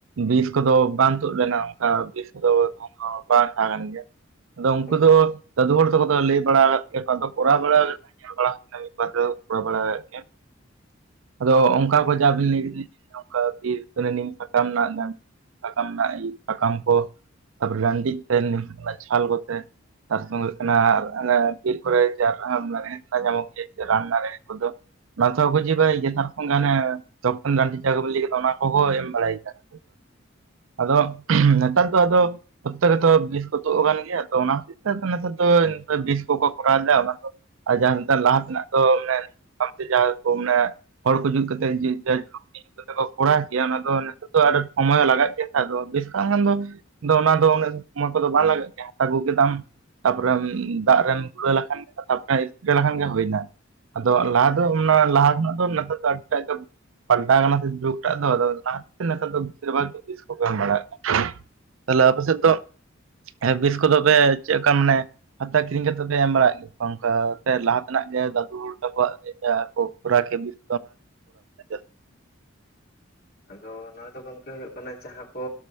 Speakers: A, on the right; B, on the left.
A: ᱵᱤᱥ ᱠᱚᱫᱚ ᱵᱟᱝ ᱛᱩᱫ ᱞᱮᱱᱟ ᱚᱱᱠᱟ ᱵᱤᱥ ᱠᱚᱫᱚ ᱫᱚ ᱵᱟᱝ ᱛᱟᱦᱮᱸ ᱠᱟᱱ ᱜᱮᱭᱟ᱾ ᱟᱫᱚ ᱩᱱᱠᱩ
B: ᱦᱩᱸ
A: ᱫᱚ ᱫᱟᱹᱫᱩ ᱦᱚᱲ ᱛᱚᱠᱚ ᱫᱚ ᱞᱟᱹᱭ ᱵᱟᱲᱟ ᱟᱠᱟᱫ ᱜᱮᱭᱟ ᱠᱚ ᱠᱚᱨᱟᱣ ᱵᱟᱲᱟ ᱟᱠᱟᱱᱟ ᱧᱮᱞ ᱵᱟᱲᱟ ᱟᱠᱟᱱᱟ᱾ ᱢᱤᱫᱽ ᱵᱟᱨᱫᱦᱟᱣ ᱠᱚᱨᱟᱣ ᱵᱟᱲᱟ ᱟᱠᱟᱜ ᱜᱮᱭᱟ᱾ ᱟᱫᱚ ᱚᱝᱠᱟ ᱠᱚ ᱡᱟᱵᱤᱱᱟᱹᱭᱚᱱᱠᱟ ᱥᱤ ᱥᱟᱠᱟ ᱢᱮᱱᱟᱜ ᱵᱮ <unintelligible> ᱥᱟᱠᱟᱢ ᱱᱟᱜ ᱥᱟᱠᱟᱢ ᱠᱚ ᱛᱟᱨᱯᱚᱨ ᱨᱟᱱᱫᱤᱡᱽ ᱛᱮᱞ ᱚᱱᱟ ᱪᱷᱟᱞ ᱠᱚᱛᱮ᱾ ᱛᱟᱨᱥᱚᱸᱜᱮ ᱦᱩᱭᱩᱜ ᱠᱟᱱᱟ ᱚᱱᱮ ᱵᱤᱨ ᱠᱚᱨᱮ ᱡᱟᱨ ᱦᱟᱢ ᱢᱟᱱᱮ᱾ ᱞᱮᱠᱦᱟ ᱧᱟᱢᱚᱜ ᱜᱮᱭᱟ ᱨᱟᱱ ᱫᱟᱨᱮ ᱠᱚᱫᱚ᱾ ᱚᱱᱟ ᱛᱚ ᱠᱚ ᱡᱤ ᱵᱟᱲᱟᱭ ᱜᱮᱭᱟ ᱛᱟᱨ ᱵᱦᱟᱝᱜᱟ ᱟᱱᱮ ᱛᱚᱠᱷᱚᱱ ᱨᱟᱱ ᱡᱟᱜᱟ ᱰᱤᱱ ᱞᱟᱹᱭ ᱠᱮᱫᱽ ᱚᱱᱟ ᱠᱚᱦᱚᱸᱭ ᱮᱢ ᱵᱟᱲᱟᱭ ᱜᱮᱭᱟ᱾ ᱟᱫᱚ ᱱᱮᱛᱟᱨ ᱫᱚ ᱟᱫᱚ ᱯᱚᱨᱛᱮ ᱨᱮᱛᱚ ᱵᱤᱥᱠᱚ ᱛᱚ ᱠᱟᱱ ᱜᱮᱭᱟ ᱛᱚ ᱚᱱᱟ ᱦᱚᱛᱮᱜ ᱛᱮ ᱟᱫᱚ ᱱᱮᱛᱟᱨ ᱫᱚ ᱵᱤᱥ ᱠᱚᱠᱚ ᱠᱚᱨᱟᱣᱫᱟ ᱚᱱᱟ ᱫᱚ ᱟᱨ ᱡᱟᱦᱟᱸ ᱱᱮᱛᱟᱨ ᱞᱟᱦᱟ ᱛᱮᱱᱟᱜ ᱫᱚ ᱢᱟᱱᱮ ᱡᱟᱦᱟᱸ ᱠᱚ ᱢᱟᱱᱮ ᱦᱚᱲ ᱠᱩ ᱡᱩᱛ ᱠᱟᱛᱮ ᱡᱮ ᱡᱟᱭ ᱤᱱᱠᱟ ᱠᱟᱛᱮ ᱠᱚᱨᱟᱣ ᱜᱮᱭᱟ ᱚᱱᱟ ᱫᱚ ᱱᱤᱛᱚᱜ ᱫᱚ ᱟᱨ ᱥᱚᱢᱚᱭ ᱞᱟᱜᱟᱜ ᱜᱮᱭᱟ ᱟᱫᱚ ᱵᱮᱥ ᱠᱷᱟᱱ ᱫᱚ ᱟᱫᱚ ᱚᱱᱟ ᱫᱚ ᱩᱱᱟᱹᱜ ᱥᱚᱢᱚᱭ ᱠᱚᱫᱚ ᱵᱟᱝ ᱞᱟᱜᱟᱜ ᱜᱮᱭᱟ ᱟᱹᱜᱩ ᱠᱮᱫᱟᱢ᱾ ᱛᱟᱯᱚᱨᱮᱢ ᱫᱟᱜ ᱨᱮᱢ ᱜᱩᱨᱟᱹᱣ ᱞᱮᱠᱷᱟᱱ ᱛᱯᱨᱯᱨᱮ ᱥᱯᱨᱮ ᱞᱮᱠᱷᱟᱱ ᱜᱮ ᱦᱩᱭᱱᱟ। ᱟᱫᱚ ᱞᱟᱦᱟ ᱫᱚ ᱚᱱᱟ ᱞᱟᱦᱟ ᱠᱷᱚᱱᱟᱜ ᱫᱚ ᱱᱮᱛᱟᱨ ᱫᱚ ᱟᱹᱰᱤᱴᱟᱜ ᱜᱮ ᱯᱟᱞᱴᱟᱣ ᱠᱟᱱᱟ ᱥᱮ ᱡᱩᱜᱽᱴᱟᱜ ᱫᱚ ᱟᱫᱚ ᱚᱱᱟ ᱦᱚᱛᱮᱛᱮᱡ ᱛᱮ ᱱᱮᱛᱟᱨ ᱫᱚ ᱵᱮᱥᱤᱨ ᱵᱷᱟᱜᱽ ᱜᱮ ᱵᱤᱥ ᱠᱚᱠᱚ ᱮᱢ ᱵᱟᱲᱟᱭᱮᱫ ᱠᱟᱱ। ᱛᱟᱦᱞᱮ ᱟᱯᱮ ᱥᱮᱫ ᱫᱚ ᱦᱮᱸ ᱵᱤᱥ ᱠᱚᱫᱚ ᱯᱮ ᱪᱮᱫ ᱞᱮᱠᱟ ᱢᱟᱱᱮ ᱚᱱᱠᱟ ᱠᱤᱨᱤᱧ ᱠᱟᱛᱮᱫ ᱯᱮ ᱮᱢ ᱵᱟᱲᱟᱭᱮᱫ ᱜᱮᱭᱟ ᱚᱱᱠᱟ ᱞᱟᱦᱟ ᱛᱮᱱᱟᱜ ᱜᱮ ᱫᱟᱫᱩ ᱛᱟᱠᱚᱣᱟᱜ ᱞᱮᱠᱟ ᱠᱚ ᱠᱚᱨᱟᱣ <inaudible> ᱵᱤᱥ <unintelligible>
B: ᱟᱫᱚ ᱱᱚᱣᱟ ᱫᱚ ᱜᱚᱝᱠᱮ ᱦᱩᱭᱩᱜ ᱠᱟᱱᱟ ᱡᱟᱦᱟᱸ ᱠᱚ